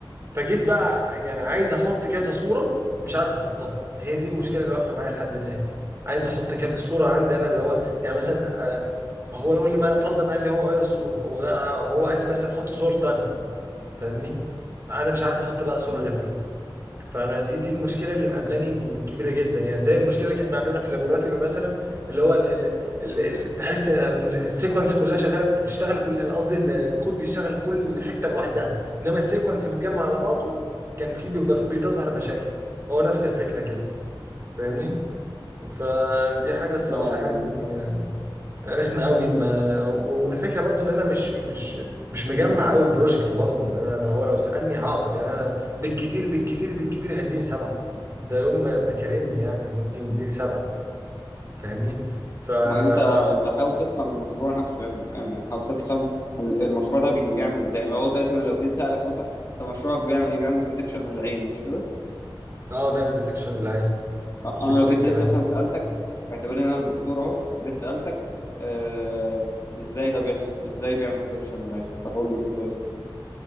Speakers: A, on the right (about 30°); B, on the left (about 40°).
A: فجيت بقى يعني عايز احط كذا صوره مش عارف احطها هي دي المشكله اللي واقفه معايا لحد الان عايز احط كذا صوره عندي انا اللي هو يعني مثلا آه، هو يقول لي ما فرضا قال لي هو غير الصوره هو غ... آه، هو قال لي مثلا حط صورة انا فاهمني انا مش عارف احط بقى صوره
B: مم.
A: غير دي فانا دي دي المشكله اللي مقابلاني الكبيره جدا يعني زي المشكله اللي كانت مقابلانا في اللابوراتوري مثلا اللي هو ال- ال- ال- ال- تحس ال- السيكونس كلها شغاله بتشتغل كل أنا قصدي ال- الكود بيشتغل كل حته لوحدها انما السيكونس متجمع على بعضه كان في بيبقى في- بتظهر مشاكل هو نفس الفكره كده فاهمني فدي حاجه الصراحه
B: اه آه.
A: يعني رخمه قوي ما و- والفكره برضو ان انا مش مش مش مجمع قوي البروجكت برضو يعني انا لو هو لو سالني هعطل يعني انا بالكتير بالكتير بالكتير هيديني سبعه ده يوم ما يبقى كارمني يعني ممكن يديني سبعه فاهمني ف يعني
B: ما انت انت حاول تفهم المشروع نفسه يعني فاهم؟ يعني حاول تفهم ال- المشروع ده بيعمل ازاي يعني لو هو دلوقتي ما- لو جيت سألك مثلا انت مشروعك بيعمل ايه بيعمل ديتكشن للعين مش كده
A: اه بيعمل ديتكشن ولا ايه
B: آه،
A: بتديتكت
B: انا لو جيت دلوقتي
A: العين
B: مثلا سالتك اعتبرني ان انا دكتور اهو جيت سالتك آه ازاي ده بيحصل ازاي بيعمل ديتكشن لاين هتقول له كود.